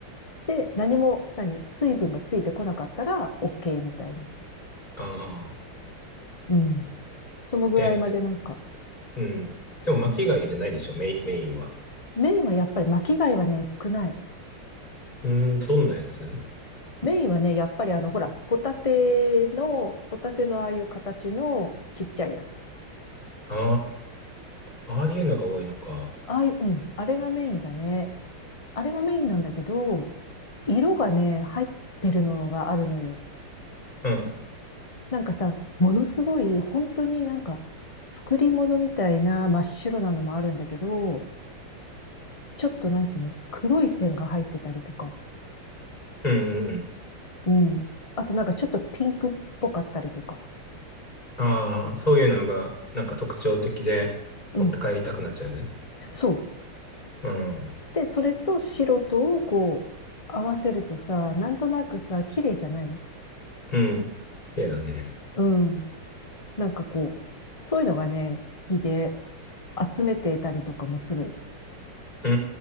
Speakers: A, on the left (about 65°); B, on the left (about 15°).
A: で、何も、何、水分がついてこなかったら、OK みたいに。
B: ああ。
A: うん。そのぐらいまでなんか、
B: え、えうん。でも巻き貝じゃないんでしょ、メイン、メインは。
A: メインはやっぱり巻き貝はね、少ない。
B: うーん、どんなやつ
A: メインはね、やっぱりあの、ほら、ホタテの、ホタテのああいう形のちっちゃいやつ。
B: ああー、ああいうのが多いのか。
A: ああいう、うん、あれがメインだね。あれがメインなんだけど、色がね、入ってるのがあるのよ。
B: うん。
A: なんかさ、ものすごい、本当になんか、作り物みたいな真っ白なのもあるんだけど、ちょっとなんていうの、黒い線が入ってたりとか、
B: うんうんうん。
A: うん。あとなんかちょっとピンクっぽかったりとか、
B: ああ、そういうのがなんか特徴的で持って帰りたくなっちゃう。
A: うん。そう。
B: うん。
A: で、それと白とをこう、合わせるとさ、なんとなくさ、綺麗じゃない
B: うん。綺麗だね。
A: うん。なんかこう、そういうのがね、好きで、集めていたりとかもする。
B: うー